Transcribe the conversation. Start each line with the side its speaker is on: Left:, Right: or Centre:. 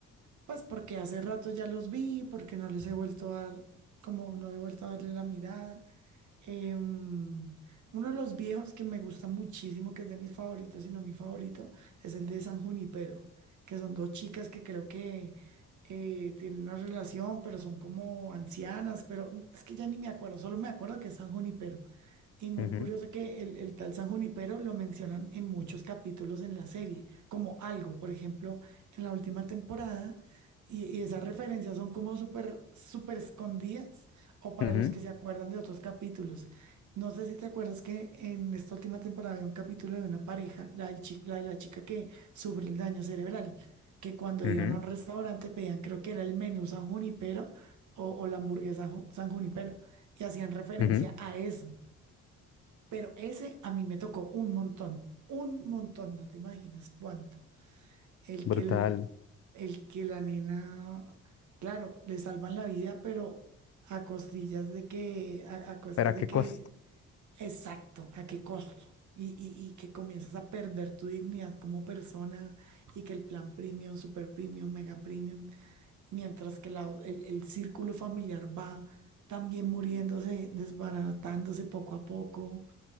Right: pues porque hace rato ya los vi, porque no les he vuelto a dar, como no he vuelto a darle la mirada. Em, uno de los viejos que me gusta muchísimo, que es de mis favoritos, si no mi favorito, es el de San Junipero, que son dos chicas que creo que eh, tienen una relación, pero son como ancianas, pero no- es que ya ni me acuerdo, solo me acuerdo que es San Junipero. Y muy
Left: Ujú,
Right: curioso que el, el tal San Junipero lo mencionan en muchos capítulos en la serie, como algo, por ejemplo, en la última temporada, y, y esas referencias son como súper, súper escondidas o para
Left: ujú,
Right: los que se acuerdan de otros capítulos. No sé si te acuerdas que en esta última temporada había un capítulo de una pareja, la, del chi- la de la chica que sufre el daño cerebral, que cuando
Left: ujú,
Right: iban a un restaurante pedían, creo que era el menú San Junipero o, o la hamburguesa Ju- San Junipero, y hacían referencia
Left: ujú.
Right: a eso. Pero ese a mí me tocó un montón, un montón, no te imaginas cuánto. El
Left: Brutal.
Right: que, el, el que la nena, claro, le salvan la vida, pero a costillas de que, a, a costas
Left: ¿Pero a
Right: de
Left: qué
Right: que,
Left: costo?
Right: exacto, a qué costo. Y, y, y que comienzas a perder tu dignidad como persona y que el plan premium, super premium, mega premium, mientras que la- el, el círculo familiar va también muriéndose, desbaratándose poco a poco.